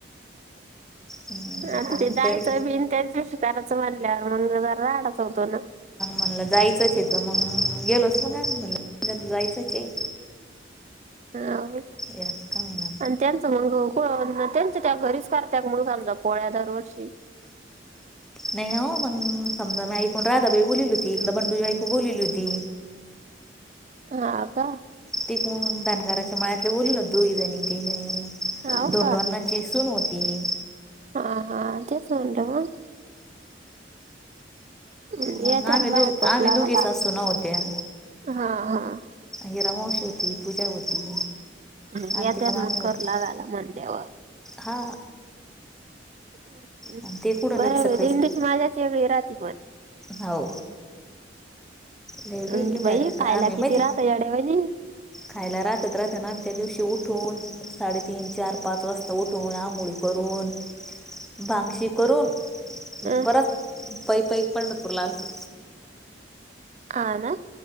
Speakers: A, in the centre; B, on the right.
A: हम्म,
B: आता
A: पण
B: ते
A: मग
B: जायचं
A: तरी
B: बिन त्याच दिवशी. तयारंच म्हणल्यावर, म्हणून जरा राडाच होतो ना?
A: म्हणला जायचंच आहे तर मंग, गेलोच मग आम्ही म्हणलं, जायचंच आहे.
B: हा, बोल.
A: यात का होईना
B: आणि त्यांचं मग, त्यांचं त्या घरीच करत्यात मग समजा पोळ्या दरवर्षी. <inaudible>
A: नाही ना हो मग. समजा नाही कोण राधाबाई बोलवलेली होती, इकडं बंडूची बायको बोलवलेली होती
B: हा का?
A: तिकडूण धनगराच्या मळ्यातल्या, बोलवल्या होत्या दोघीजणी. तिथं
B: हाव
A: धोंडूआण्णा
B: का
A: ची एक सून होती.
B: हा हा.. तेच म्हणलं मग? हम्म,
A: हं..
B: येत्या
A: आमी
B: ना बाया
A: दो,
B: करू
A: आम्ही
B: लागायला
A: दोघी सासू-सुना होत्या.
B: हा हा
A: हीरामावशी होती, पूजा होती.
B: येत्याल
A: अंतिका मामी
B: मग,
A: होती
B: करू लागायला म्हणल्यावर.
A: हा
B: हम्म्..
A: आणि ते कुठं
B: बरंबाई,
A: लगे सकाळीच
B: दिंडीची मजाच वेगळी राहती पण.
A: हो. नाही
B: अं,
A: बाई गं बाहेर राहता
B: खायला
A: आम्ही
B: किती
A: माहिती,
B: राहतं येड्यावानी
A: खायला राहतात राहतात ना आम्ही त्या दिवशी उठून, साडेतीन-चार-पाच वाजता उठून आं घोळी करून, भांग-शेक करून,
B: अं,
A: परत पै पै पंढरपूरला आलतो.
B: हा ना?